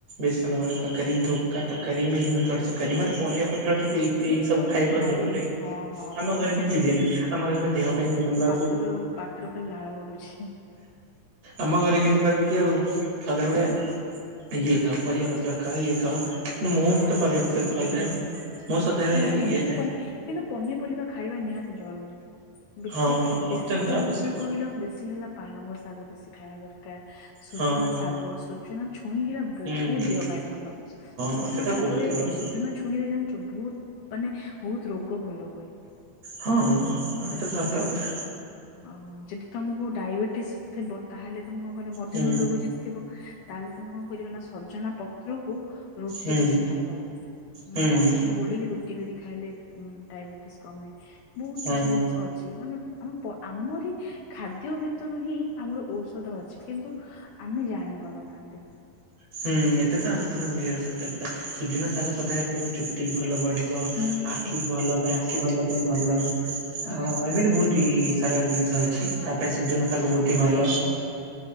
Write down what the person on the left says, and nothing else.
ହଁ ଏଗୁଡା
ତ
ମତେ ଭାରି
ହଁ ହଁ।
ଟ୍ରୁ ପାଟିରୁ ଖାଲି ଲାଳ ଗଡୁଛି।
ହଁ ମତେ
ପନି କିନ୍ତୁ ପନିପରିବା ଖାଇବା ନିହାତି ଜରୁରୀ। ବେଶି
ବେଶି
କୋଉ
ଜିନିଷ ଟା କହିଲ, ବେଶି ହେଲା ପାଳଙ୍ଗ ଶାଗ ବେଶି ଖାଇବା ଦରକାର। ସୁଜୁନା
ଶାଗ, ସୁଜୁନା ଛୁଇଁ, ହେରା ବହୁତ
ଦେହ ପାଇଁ ଭଲ। ସୁଜୁନା
ସାଗରେ,
ସୁଜୁନା ଛୁ ଛୁଇଁରେ ଜାଣିଛୁ, ବହୁତ ମାନେ ବହୁତ ରୋଗ ଭଲ ହୁଏ।
ଆଉ ଯଦି ତମକୁ ଡାଇବେଟିସ୍ ଥିବ, ତାହେଲେ ତମେ କଣ କରିବ, ମଧ୍ୟମ୍
ରୋଗ ଯଦି ଥିବ, ତାହେଲେ ତମେ କଣ କରିବ ନା, ସଜନା ପତ୍ରକୁ ରୁଟି
କରି ଖାଇବ,
ମାନେ ଅଟାରେ ଘୋଳେଇକି ରୁଟି କରି ଖାଇଲେ, ଡାଇବେଟିସ୍ କମେ, ବହୁତ
କିଛି ଜିନିଷ ଅଛି, ମାନେ ଆମ ତ, ଆମରି ଖାଦ୍ୟ ଭିତରୁ ହିଁ ଆମର ଔଷଧ ଅଛି, କିନ୍ତୁ ଆମେ ଜାଣି ପାରୁନାହାନ୍ତି।
ହୁଁ।